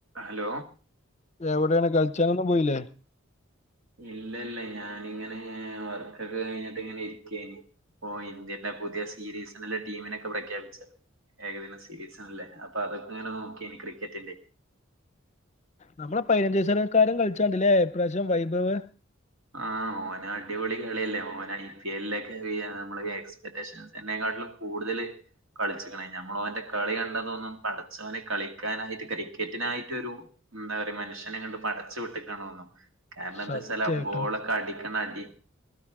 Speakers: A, on the right; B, on the left.
A: Hello
B: എവിടെയാണ് കളിച്ചാനൊന്നും പോയില്ലേ
A: ഇല്ല ഇല്ല ഞാനിങ്ങനെ വർക്കൊക്കെ കഴിഞ്ഞിട്ട് ഇങ്ങനെ ഇരിക്കാന് ഇപ്പോ ഇന്ത്യന്റെ പുതിയ സീരീസണല് ടീമിനൊക്കെ പ്രഖ്യാപിച്ചോ ഏകദിനം സീരീസണല്ലേ അപ്പൊ അതൊക്കെങ്ങനെ നോക്കിനി ക്രിക്കറ്റിന്റെ
B: നമ്മളെ പതിനഞ്ചസനക്കാരൻ കളിച്ചണ്ടില്ലേ എപ്രാവശ്യം വൈഭവ്
A: ആഹ് ഓന് അടിപൊളി കളില്ലേ ഓൻ ഐ പി എൽ ഒക്കെ നമ്മള് എക്സ്പെക്ടേഷൻസ് തന്നെ ട്ട്ലും കൂടുതല് കളിച്ചിക്ക് ണ് നമ്മളോന്റെ കളി കണ്ടതൊന്നും പടച്ചവന് കളിക്കാനായിട്ട് ക്രിക്കറ്റിനായിട്ടോരു എന്താ പറയ മനുഷ്യനെ അങ്ങിട്ട് പടച്ചു വിട്ടിക്കണോന്നോ കാരണം എന്താവെച്ചാല്
B: സത്യായിട്ടും
A: ബോളൊക്കെ അടിക്കണ അടി